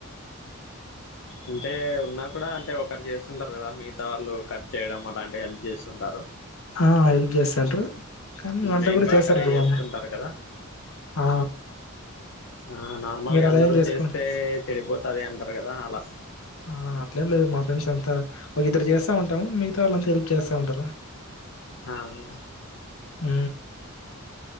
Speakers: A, on the left; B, on the left.
A: అంటే ఉన్నా కూడా అంటే ఒకరు చేస్తుంటారు కదా మీ ఆలు కట్ చేయడం అలాంటి హెల్ప్ చేస్తుంటారు
B: ఆ! హెల్ప్ జేస్తంటారు. కానీ వంట
A: మెయిన్గా
B: గూడా చేస్తారు
A: ఒకరే
B: బ్రో.
A: చేస్తుంటారు కదా
B: ఆ!
A: ఆ నార్మల్గా
B: మీరలా
A: అందరు
B: ఏం జేసుకో
A: చేస్తే చెడిపోతది అంటారు కదా అలా
B: ఆ! అట్లేం లేదు. మా ఫ్రెండ్స్ అంతా ఒక ఇద్దరు చేస్తంటాము మిగతా వాళ్ళంతా హెల్ప్ చేస్తా ఉంటారు
A: ఆవ్
B: ఊ